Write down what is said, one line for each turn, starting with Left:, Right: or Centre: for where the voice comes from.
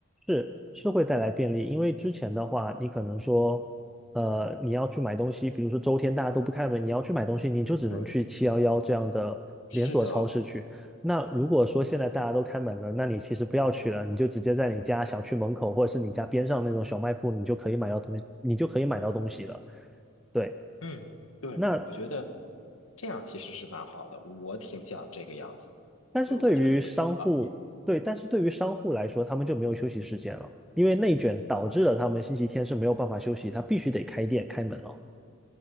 Centre: 是是会带来便利，因为之前的话，你可能说，呃，你要去买东西，比如说周天大家都不开门，你要去买东西，你就只能去七幺幺这样的连锁超市去。
Left: 对，是的，
Centre: 那如果说现在大家都开门了，那你其实不要去了，你就直接在你家小区门口或者是你家边上那种小卖部，你就可以买到东西，你就可以买到东西了。对，
Left: 嗯，对，
Centre: 那
Left: 我觉得这样其实是蛮好的，我挺想这个样子，
Centre: 但是对于商户，
Left: 就是我觉得会挺方便。
Centre: 对，但是对于商户来说，他们就没有休息时间了，因为内卷导致了他们星期天是没有办法休息，他必须得开店开门了。